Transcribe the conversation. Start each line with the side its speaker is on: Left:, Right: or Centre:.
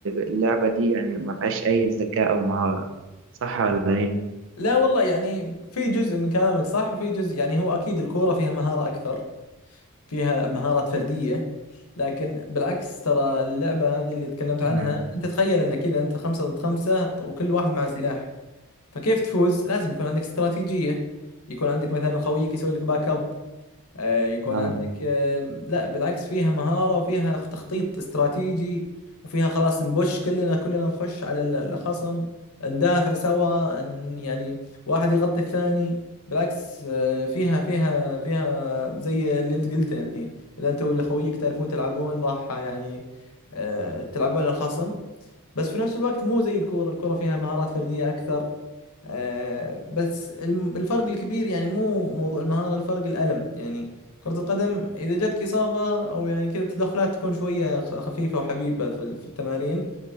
Right: اللعبة دي يعني ما فيهاش أي ذكاء أو مهارة صح ولا إيه؟
Left: لا والله يعني في جزء من كلامك صح وفي جزء يعني هو اكيد الكورة فيها مهارة اكثر فيها مهارات فردية لكن بالعكس ترى اللعبة هذه اللي تكلمت عنها
Right: نعم.
Left: أنت تخيل أن كذا أنت خمسة ضد خمسة وكل واحد مع سلاح فكيف تفوز؟ لازم يكون عندك استراتيجية يكون عندك مثلا خويك يسوي لك باك اب آه، يكون
Right: آه.
Left: عندك آه، لا بالعكس فيها مهارة وفيها تخطيط استراتيجي وفيها خلاص نبش كلنا كلنا نخش على ال- الخصم ندافع سوا ن- يعني واحد يغطي الثاني بالعكس آه، فيها فيها فيها زي اللي انت قلته يعني اذا انت ولا خويك تعرفون تلعبون راح يعني آه، تلعبون على الخصم بس في نفس الوقت مو زي الكورة الكورة فيها مهارات فردية أكثر آه، بس الم- الفرق الكبير يعني مو موضوع المهارة الفرق الألم يعني كرة القدم إذا جاتك إصابة أو يعني كذا التدخلات تكون شوية خ- خفيفة وحبيبة في ال- في التمارين